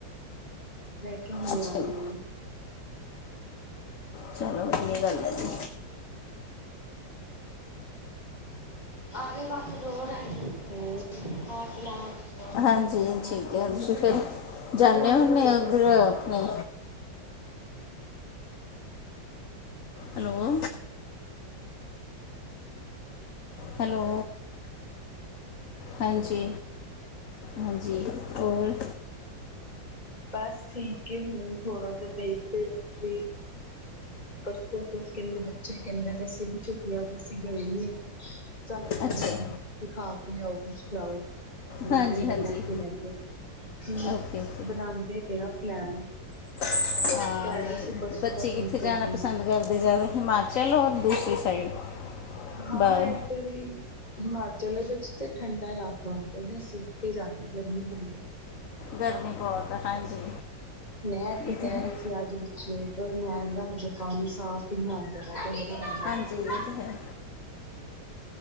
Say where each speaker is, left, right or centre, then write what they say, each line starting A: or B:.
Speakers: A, on the left; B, on the left.
A: ਮੈਂ ਕਿਹਾ
B: ਅੱਛਾ
A: ਹੈ ਆਨੀ
B: ਜੀ
A: ਆ
B: ਚਲੋ ਵਧੀਆ ਗੱਲ ਹੈ ਜੀ
A: ਹਮ <unintelligible> <unintelligible>
B: ਹਾਂਜੀ ਠੀਕ ਹੈ ਤੁਸੀਂ ਫਰ ਜਾਂਦੇ ਹੁੰਦੇ ਉੱਧਰ ਆਪਣੇ ਹੈਲੋ। ਹੈਲੋ। ਹਾਂਜੀ, ਹਾਂਜੀ ਹੋਰ।
A: ਬਸ ਠੀਕ ਹੁਣ, ਥੋੜਾ ਜਿਹਾ ਦੇਖਦੇ ਹਾ ਤੇ ਪਰਸੋਂ ਤੋਂ ਕਹਿੰਦੇ ਬੱਚੇ ਕਹਿੰਦੇ ਵ ਅਸੀ ਵੀ, ਛੁਟਿਆਂ ਚਅਸੀਂ ਗਏ ਨੀ ਹੈਗੇ। ਸਾਨੂੰ ਕੋਈ,
B: ਅੱਛੇ
A: ਦਿਖਾ ਕੇ ਲਿਆਓ ਕੁਛ ਲਿਆਓ।
B: ਹਾਂਜੀ
A: ਠੰਡੇ
B: ਹਾਂਜੀ
A: ਇਲਾਕੇ ਲੈ ਕੇ ਹ,
B: ਓਕੇ ਓਕੇ
A: ਬਣਾਉਦੇ ਪਏ ਆ ਪਲੈਨ।
B: ਹਾਂ। ਹਾਂ
A: ਸ਼ਾਇਦ
B: ਨਹੀਂ
A: ਅਸੀਂ ਪਰਸੋਂ
B: ਬੱਚੇ
A: ਤੱਕ
B: ਕਿੱਥੇ
A: ਨਿਕਲ
B: ਜਾਣਾ
A: ਜੀ
B: ਪਸੰਦ ਕਰਦੇ ਜਿਆਦਾ, ਹਿਮਾਚਲ ਔਰ ਦੂਸਰੀ ਸਾਈਡ।
A: ਹਾਂ
B: ਬਾਹਰ
A: ਇਦਰ ਹੀ ਹਿਮਾਚਲਦੇ ਤੇ ਠੰਡਾ ਇਲਾਕਾ ਹੋ ਕਹਿੰਦੇ, ਅਸੀਂ ਉੱਥੇ ਜਾਦੇ ਹਾਂ ਗਰਮੀ ਬੜੀ।
B: ਗਰਮੀ ਬਹੁਤ ਆ ਹਾਂਜੀ।
A: ਨਹਿਰ ਤੇ
B: ਇਹ
A: ਕਹਿ
B: ਤਾਂ ਹੈ
A: ਰਹੇ ਸੀ, ਅੱਜ ਪਛੇ ਪਰ ਨਹਿਰ ਦਾ ਹਜੇ ਪਾਣੀ ਸਾਫ਼ ਹੀ ਨਾਲ ਦਾ
B: ਹਾਂਜੀ
A: <inaudible>
B: ਇਹ ਤਾਂ ਹੈ